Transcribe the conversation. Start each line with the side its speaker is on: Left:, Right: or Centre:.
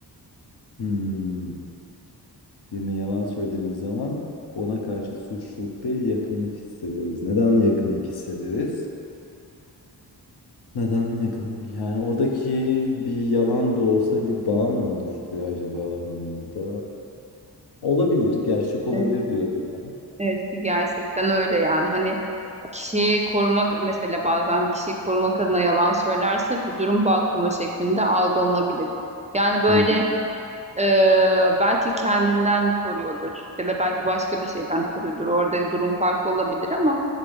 Left: hmm, birine yalan söylediğimiz zaman ona karşı suçluluk değil yakınlık hissederiz. Neden yakınlık hissederiz? Neden yakınlık? Yani oradaki bir yalan da olsa bir bağ mı oluşturuyor acaba aramızda? Olabilir, gerçek olabilir
Right: Evet,
Left: diyorum ben.
Right: evet ki gerçekten öyle yani. Hani kişiyi korumak mesela bazen kişiyi korumak adına yalan söylerse bu durum bağ kurma şeklinde algılanabilir. Yani böyle
Left: Hmm,
Right: Ee, belki kendinden koruyordur ya da belki başka bir şeyden koruyordur. Orada durum farklı olabilir ama